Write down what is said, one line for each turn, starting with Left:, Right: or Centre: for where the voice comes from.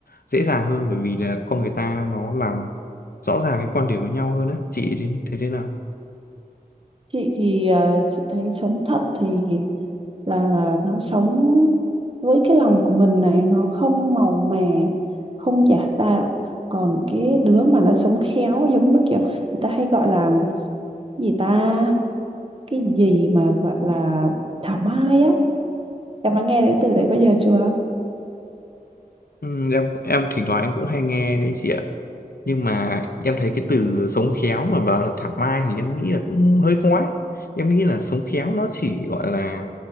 Left: dễ dàng hơn bởi vì là con người ta nó làm rõ ràng cái quan điểm với nhau hơn á chị thì thế thế nào
Right: Chị thì ờ, chị thấy sống thật thì là nó sống với cái lòng của mình này nó không màu mè không giả tạo còn cái đứa mà nó sống khéo giống như kiểu người ta hay gọi là gì ta cái gì mà gọi là thảo mai á em đã nghe đến từ đấy bây giờ chưa
Left: Ừ, em em thỉnh thoảng em cũng hay nghe đấy chị ạ nhưng mà em thấy cái từ sống khéo mà bảo là thảo mai thì em nghĩ là cũng hơi quá em nghĩ là sống khéo nó chỉ gọi là